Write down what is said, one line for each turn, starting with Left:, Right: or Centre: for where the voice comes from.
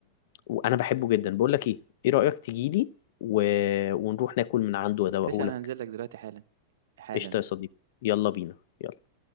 Left: وانا بحبه جدا بقول لك ايه ايه رأيك تجيلي و... ونروح ناكل من عنده وادوقهولك
Right: يا باشا أنا هنزل لك دلوقتي حالا حالا
Left: قشطة يا صديقي يلا بينا يلا